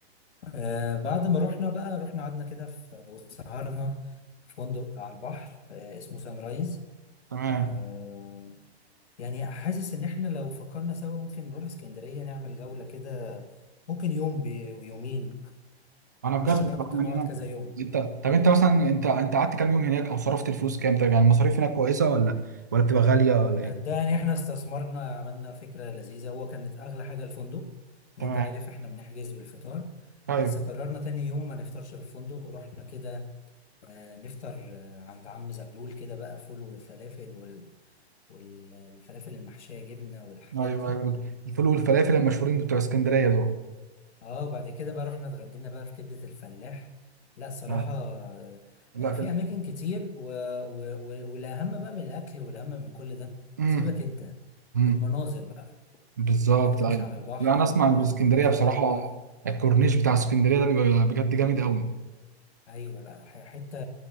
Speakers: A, on the left (about 85°); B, on the right (about 15°).
A: آه بعد ما رحنا بقى رحنا قعدنا كده في وسهرنا في فندق على البحر آه اسمه سان رايز
B: تمام
A: آه يعني حاسس ان احنا لو فكرنا سوا ممكن نروح اسكندرية نعمل جولة كده ممكن يوم بي- ويومين
B: انا بجد
A: مش شرط
B: طبعا
A: نقعد
B: يعني انا
A: كذا يوم
B: انت طب انت مثلا انت انت قعدت كام يوم هناك او صرفت الفلوس كام طيب يعني المصاريف هناك كويسه ولا ولا بتبقى غاليه ولا ايه
A: صدقني احنا استثمرنا عملنا فكرة لذيذة هو كانت اغلى حاجة الفندق يعني
B: تمام
A: انت عارف احنا بنحجز بالفطار
B: ايوه
A: بس قررنا تاني يوم ما نفطرش في الفندق ورحنا كده آه، نفطر آه، عند عم زغلول كده بقى فول وفلافل وال... والفلافل المحشية جبنة والحاجات
B: ايوه
A: دي
B: ايوه الفول والفلافل المشهورين بتوع اسكندريه دول
A: اه بعد كده بقى رحنا اتغدينا بقى في كبدة الفلاح لا صراحة
B: لا
A: آه،
B: لا كده
A: في اماكن كتير و... و... و... والاهم بقى من الاكل والاهم من كل ده
B: امم
A: سيبك انت
B: امم
A: المناظر بقى
B: بالظبط
A: انك تمشي
B: ايوه
A: على البحر
B: لا انا اسمع
A: وتتصور
B: عن اسكندريه بصراحه الكورنيش بتاع اسكندريه ده بيبقى بجد جامد قوي
A: ايوه لا ح- حتة